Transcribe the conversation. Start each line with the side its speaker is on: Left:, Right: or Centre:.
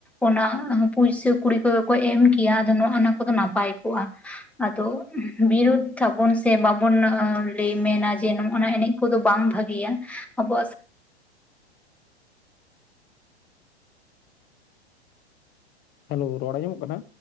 Centre: ᱚᱱᱟ ᱯᱩᱭᱥᱟᱹ ᱠᱩᱲᱤ ᱠᱚᱜᱮ ᱠᱚ ᱮᱢ ᱠᱮᱭᱟ ᱟᱫᱚ ᱱᱚᱜ-ᱚᱱᱟ ᱠᱚᱫᱚ ᱱᱟᱯᱟᱭ ᱠᱚᱜ-ᱟ ᱾ ᱟᱫᱚ ᱵᱤᱨᱩᱫ ᱛᱟᱵᱚᱱ ᱥᱮ ᱵᱟᱵᱚᱱ ᱞᱟᱹᱭ ᱢᱮᱱᱟ ᱡᱮ ᱱᱚᱜᱼᱱᱟ ᱮᱱᱮᱡᱼᱼ ᱠᱚᱫᱚ ᱵᱟᱝ ᱵᱷᱟᱹᱜᱤᱭᱟ, ᱟᱵᱚᱣᱟᱜᱼᱼ
Left: ᱦᱮᱞᱳ ᱨᱚᱲ ᱟᱡᱚᱢᱚᱜ ᱠᱟᱱᱟ